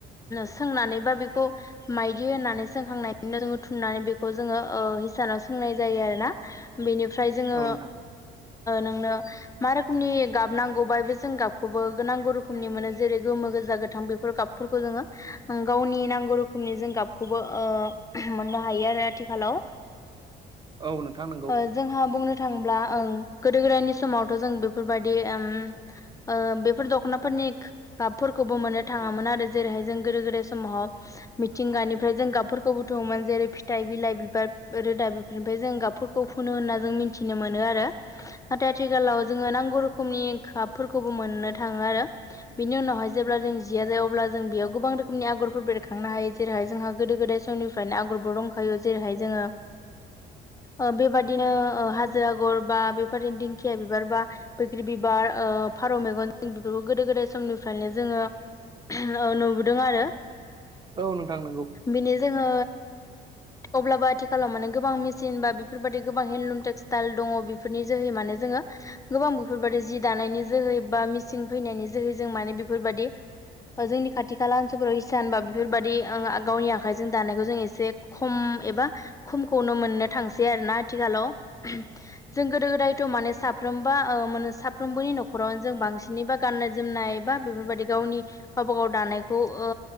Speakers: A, on the left; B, on the right.
A: सोंनानै बा बेखौ माइदि होननानै सोंखांनायनिनो जों थुननानै बेखौ जोङो। हिसानाव सोंनाय जायो आरोना। बेनि ओमफ्राय जोङो
B: औ नोंथां
A: नोंनो मा रोखोमनि गाबनांगौ बाबो जों गाबखौबो नांगौ रोखोमनि मोनो जेरै गोमो गोजा गोथां बेफोर गाबफोरखौ जोङो गावनि नांगौ रोखोमनि जों गाबखौबो ओ मोननो हायो आरो आथिखालाव।
B: औ नोंथां नंगौ
A: ओ जोंहा बुंनो थाङोब्ला ओं गोदो गोदायनि समावथ' जों बेफोरबायदि दि उम ओ बेफोर दख'नाफोरनि गाबफोरखौबो मोननो थाङामोन आरो जेरैहाय जों गोदो गोदायनि समाव। मिथिंगानिफ्राय जों गाबफोरखौ बुथुमङोमोन जेरै फिथाइ बिलाइ बिबार रोदा बेफोरनिफ्राय जों गाबफोर खौ फुनो होनना जों मिथिनो मोनो आरो नाथाय आथिखालाव जोंङो नांगौ रोख रोखोमनि गाबफोरखौबो मोननो थाङो आरो। बिनि उनावहाय जेब्ला जों जिया जाया अब्ला जों बेयाव गोबां गोबां रोखोमनि आगरफोर बेरखांनो हायो जेरैहाय जोंहा गोदो गोदाय समनिफ्रायनो आगरबो दंखायो जेरैहाय जोङो ओ बेबादिनो ओ हाजो आगर बा बेफोर दिंखिया बिबार बा बैग्रि बिबार ओ फारौ मेगन बेफोरखौ गोदो गोदाय समनिफ्रायनो जोङो ओ नुबोदों आरो
B: औ नोंथां नंगौ
A: बिनि जोङो। अब्लाबो आथिखालाव माने गोबां मेसिन बा बेफोरबादि गोबां हेन्दलुम टेक्सटाइल दङ बेफोरनि जोहै माने माने जोङो। गोबां बेफोरबायदि जि दानायनि जोहै बा मिसिं फैनायनि जोहै जों माने बेफोरबादि ओ जोंनि खाथि खाला ओनसोलफोराव हिसान बा बेफोरबादि गावनि आखाइजों दानायखौ जों एसे खम। एबा खमखौनो मोननो थांसै आरोना आथिखालाव। जों गोदो गोदायथ माने‌ साफ्रोम बा ओ मानो साफ्रोमबोनि नखरावनो जों बांसिनै बा गाननाय जोमनाय बा बेफोरबादि गावनि गावबा गाव दानायखौ ओ